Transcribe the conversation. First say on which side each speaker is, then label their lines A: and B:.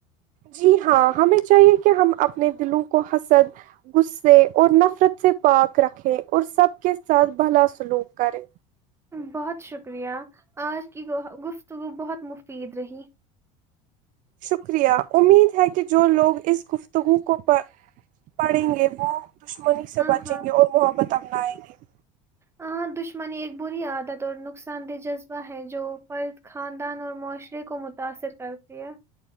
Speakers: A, on the right (about 50°); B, on the right (about 15°).
A: جی ہاں ہمیں چاہیے کہ ہم اپنے دلوں کو حسد غسے اور نفرت سے پاک رکھے اور سب کے ساتھ بھلا سلوک کریں
B: بہت شکریہ اج کی گفتگو بہت مفید رہی
A: شکریہ امید ہے کہ جو لوگ اس گفتگو کو پڑھیں گے وہ دشمنی سے
B: ہاں
A: بچیں
B: ہاں
A: گے اور محبت اپنائے گے
B: ہاں دشمنی ایک بری عادت اور نقصان دہ جذبہ ہے جو فرد خاندان اور معاشرے کو متاثر کرتی ہے